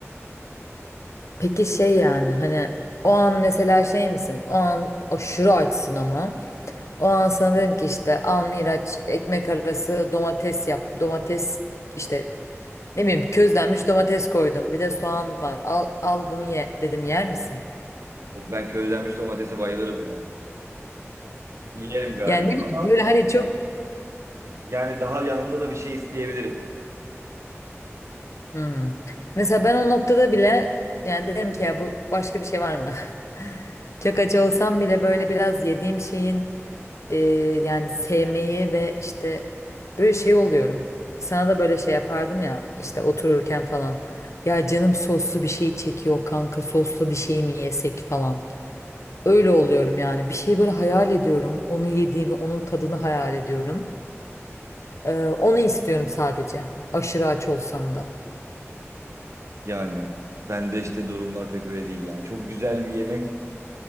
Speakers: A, on the left (about 75°); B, on the right (about 70°).
A: Peki şey yani hani o an mesela şey misin? O an aşırı açsın ama. O an sana dedim ki işte al Miraç ekmek arası domates yap. Domates işte ne bileyim közlenmiş domates koydum. Bir de soğan var. Al al bunu ye dedim yer misin?
B: O- Ben közlenmiş domatese bayılırım ya. Yerim galiba
A: Yani ne bileyim
B: ama
A: böyle hani çok
B: yani daha yanında da bir şey isteyebilirim.
A: Hmm. Mesela ben o noktada bile yani derim ki ya bu başka bir şey var mı? <laughs> Çok aç olsam bile böyle biraz yediğim şeyin e, yani sevmeyi ve işte böyle şey oluyorum. Sana da böyle şey yapardım ya işte otururken falan. Ya canım soslu bir şey çekiyor kanka soslu bir şey mi yesek falan. Öyle oluyorum yani bir şeyi böyle hayal ediyorum. Onu yediğimi onun tadını hayal ediyorum. Ee, onu istiyorum sadece aşırı aç olsam da.
B: Yani ben de işte durumlar pek öyle değil yani. Çok güzel bir yemek